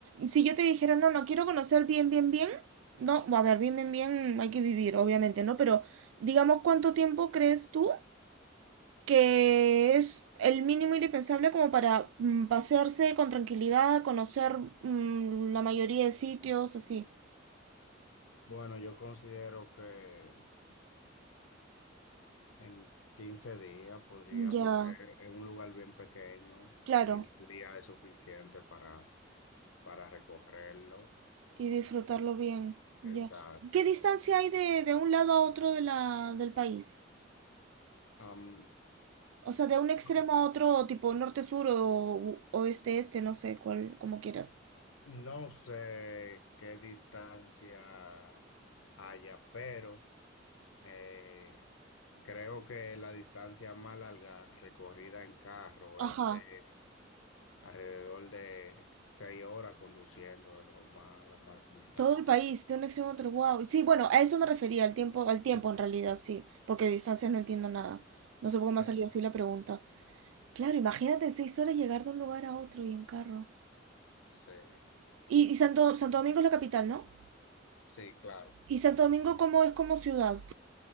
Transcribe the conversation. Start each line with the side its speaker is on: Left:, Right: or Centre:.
Right: si yo te dijera, no, no, quiero conocer bien, bien, bien, no, a ver, bien, bien, bien, hay que vivir, obviamente, ¿no? Pero digamos, ¿cuánto tiempo crees tú que es el mínimo indispensable como para mm, pasearse con tranquilidad, conocer mm, la mayoría de sitios, así?
Left: Bueno, yo considero que en 15 días podría,
Right: Ya,
Left: porque es un lugar bien pequeño,
Right: claro,
Left: en 15 días es suficiente para para recogerlo.
Right: y disfrutarlo bien, ya.
Left: Exacto.
Right: ¿Qué distancia hay de, de un lado a otro de la, del país?
Left: Am,
Right: O sea, de un extremo
Left: No.
Right: a otro, tipo norte-sur o oeste-este, no sé cuál, como quieras.
Left: no sé qué distancia haya, pero eh, creo que la distancia más larga recorrida en carro
Right: Ajá,
Left: es de alrededor de seis horas conduciendo, es lo más, lo más distante.
Right: todo el país, de un extremo a otro, wow. Sí, bueno, a eso me refería, al tiempo, al tiempo
Left: <laughs>
Right: en realidad, sí, porque de distancias no entiendo nada. No sé por qué me
Left: Eh,
Right: ha salido así la pregunta. Claro, imagínate en seis horas llegar de un lugar a otro y en carro.
Left: Sí,
Right: Y, y Santo, Santo Domingo es la capital, ¿no?
Left: sí, claro.
Right: ¿Y Santo Domingo cómo es como ciudad?